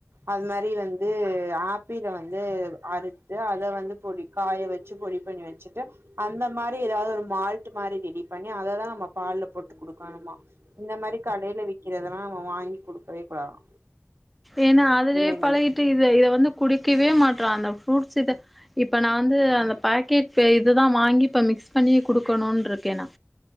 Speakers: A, on the right; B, in the centre.
A: அது மாரி வந்து ஆப்பில வந்து அறுத்து அத வந்து பொடி காய வச்சு பொடி பண்ணி வச்சுட்டு அந்த மாரி எதாவது ஒரு மால்ட் மாரி ரெடி பண்ணி அததா நம்ம பால்ல போட்டு குடுக்கணுமா இந்த மாரி கடைல விக்கிறதெல்லா நம்ம வாங்கி குடுக்கவே கூடாதா
B: ஏன்னா அதுவே
A: பிள்ளைங்களுக்கு
B: பழகிட்டு இத இத வந்து குடிக்கவே மாட்றா அந்த ஃப்ரூட்ஸ் இத இப்ப நா வந்து அந்த பாக்கெட் <unintelligible> இதுதா வாங்கி இப்ப மிக்ஸ் பண்ணியே குடுக்கணுன்ருக்கே நா